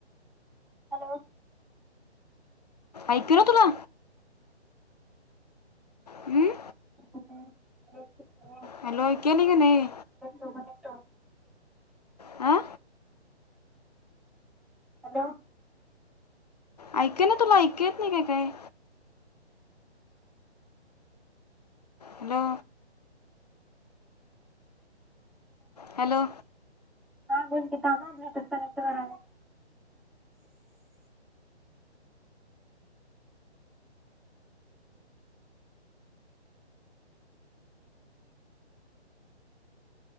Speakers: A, in the centre; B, on the left.
A: hello
B: ऐकू तुला हम्म
A: ह्
B: हॅलो केली क नाही
A: कनेक्ट
B: हा
A: हॅलो
B: ऐकय ना तुला ऐकेत नाही का काय हॅलो हॅलो
A: ना गन काम आपट क नट वरा आहे